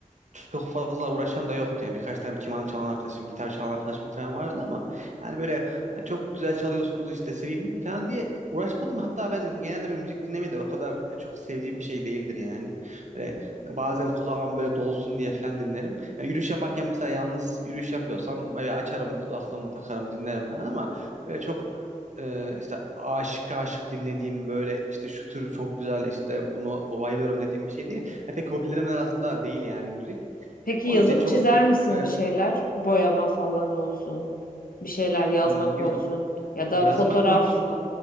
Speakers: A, on the right; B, on the left.
A: çok fazla uğraşan da yoktu. Yani birkaç tane keman çalan arkadaşım, gitar çalan arkadaşım falan vardı ama hani böyle "Ha, çok güzel çalıyorsunuz işte seveyim falan diye uğraşmadım. Hatta ben genelde böyle müzik dinlemeyi de o kadar çok sevdiğim bir şey değildir yani. Böyle e, bazen kulağım böyle dolsun diye falan dinlerim. Yani yürüyüş yaparken mesela yalnız yürüyüş yapıyorsam böyle açarım kulaklığımı takarım dinlerim falan ama öyle çok e, işte aşık aşık dinlediğim böyle işte şu tür çok güzel işte bunu bayılıyorum dediğim bir şey değil. Yani pek hobilerimin arasında değil yani müzik.
B: Peki
A: Onun
B: yazıp
A: için çok
B: çizer misin
A: e,
B: bir şeyler? Boyama falan olsun. Bir şeyler yazmak
A: m, yok.
B: olsun. Ya
A: Yazmak
B: da fotoğraf,
A: konusunda